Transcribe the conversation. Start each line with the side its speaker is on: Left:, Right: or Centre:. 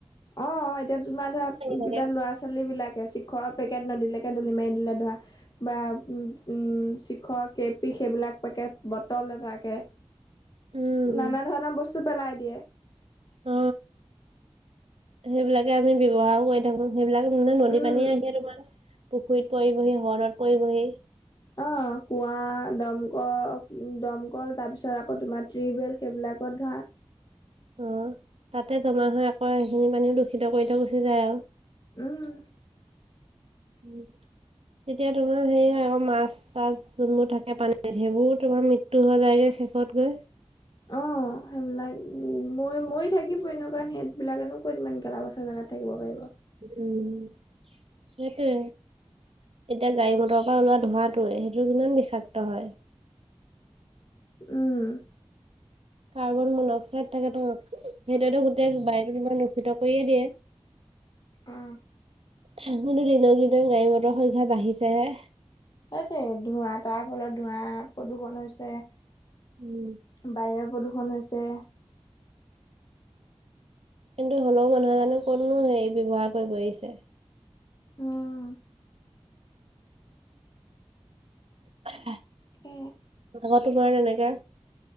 Left: অঁ, অঁ এতিয়া তোমাৰ ধৰা এতিয়া
Right: থাকে
Left: ল'ৰা-ছোৱালীবিলাকে শিখৰত পেকেট নদীলেকে দলি মাৰি দিলে ধৰা বা উম, উম চিখৰ, কে পি সেইবিলাক পেকেট। বটল এটাকে
Right: উম
Left: নানা ধৰণৰ বস্তু পেলাই দিয়ে।
Right: অ সেইবিলাকে আমি ব্যৱহাৰো কৰি থাকো। সেইবিলাকো মানে নদী
Left: উম
Right: পানীয়ে আহিয়ে তোমাৰ পুখুৰীত পৰিবহি, হ্ৰদ পৰিবহি।
Left: অঁ কুঁৱা, দমক দম কল তাৰপিছত আকৌ তোমাৰ ট্ৰিবেল সেইবিলাকত ধৰা
Right: অঁ, তাতে জমা হয় আকৌ সেইখিনি পানীও দূষিত কৰি থৈ গুচি যায় আৰু।
Left: উম।
Right: উম। তেতিয়া তোমাৰ হেৰি হয় আক' মাছ-চাছ যোনবোৰ থাকে পানীত সেইবোৰো তোমাৰ মৃত্ মেত্যু হৈ যায়কে শেষত গৈ।
Left: অঁ। সেইবিলাক মৰি মৰি থাকিবই ন '? কাৰণ সেইবিলাকেনো ক'ত ইমান গেলা-পচা জেগাত থাকিব পাৰিব।
Right: উম, সেইটোৱে। এতিয়া গাড়ী মটৰৰ পৰা ওলোৱা ধোঁৱাতোৱে সেইটো কিমান বিষাক্ত হয়।
Left: উম।
Right: কাৰ্বন-মন-অক্সাইড থাকে ত' সেইটোৱেটো গোটেই বায়ুটো তোমাৰ দূষিত কৰিয়ে দিয়ে।
Left: অঁ।
Right: হেঁহ্ কিন্তু দিনক দিনে গাড়ী মটৰ সংখ্যা বাঢ়িছেহে।
Left: সেইটোৱে ধোঁৱা- তাৰফলত ধোঁৱা, প্ৰদূষন হৈছে
Right: উম।
Left: বায়ু প্ৰদূৰ্ষন হৈছে।
Right: কিন্তু হ'লেও মানুহে জানো ক'তনো হেৰি ব্যৱহাৰ কৰিব এৰিছে।
Left: উম,
Right: উ <unintelligible>
Left: উ।
Right: আকৌ তোমাৰ তেনেকে